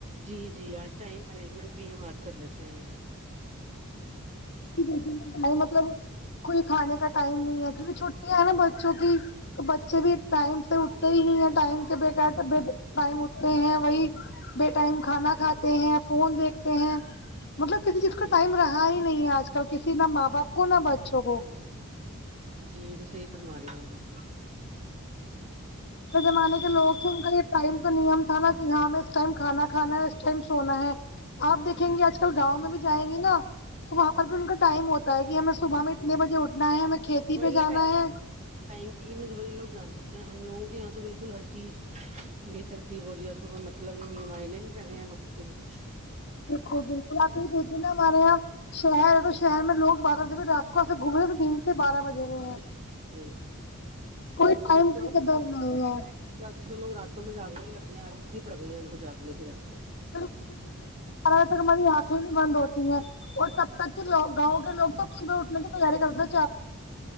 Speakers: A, on the right (about 30°); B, on the left (about 55°).
A: جی جی آج ٹائم مینجمنٹ میں ہی ہم بات کر لیتے ہیں
B: جی کھے مطلب کوئی کھانے کا ٹائم نہیں ہے کیونکہ چھٹییاں ہے نا بچوں کی تو بچے بھی ٹائم سے اٹھتے ہی نہیں ٹائم کے بعد ٹائم اٹھتے ہیں وہی بے ٹائم کھانا کھاتے ہیں فون دیکھتے ہیں مطلب کسی چیز کا
A: جی
B: ٹائم رہا ہی نہیں ہے آج کل کسی نہ ماں باپ کو نہ بچوں کو
A: جی تو صحیح فرمارہی ہیں اآپ بالکل
B: تو زمانے کے لوگ ان کا یہ ٹائم تو نییم تھا نا کہ ہاں ہمیں اس ٹائم کھا کھانا ہے اس ٹائم سونا ہے آپ دیکھیں گے آج کل گاؤں میں بھی جائیں گی نا تو وہاں پر بھی ان کا ٹائم ہوتا ہے کہ ہمیں صبح میں اتنے بجے اٹھنا ہے ہمیں کھیتی
A: وہی
B: پہ جانا
A: رہ
B: ہے
A: ٹائم میں دبئی لوگ جان سکتے ہیں ہم لوگوں کے یہاں تو بالکل ہر چیز بے ترتیب بورہی ہے اس کو کوئی مطلب ہی نہیں معنے نہیں لگے ہیں وقت کے بھی کچھ
B: دیکھو بالکل آپ یہ دیک د نہ مارے یہ شہر ہے تو شہر میں لوگ بارہ سے بھی رات کو گھومنے رہے دن بارہ بجے ہو ہیں
A: جی جی
B: کو
A: اور
B: ٹائم
A: جب سے
B: کی
A: وہ
B: قدر
A: کووڈ
B: نہیں
A: کا کہہ
B: ہے
A: رہے ہیں ویسے تو لوگ راتوں میں جاگنے ہی لگ گئے ہیں عادت سی پڑ گئی ہے ان کو جاگنے کی رات کو
B: بالکلاں تک ہماری آنکھیں بھی بند ہوتی ہیں اور تب تک کہ لوگ گاؤں کے لوگ تو صبح اٹھنے کی تیاری کرتا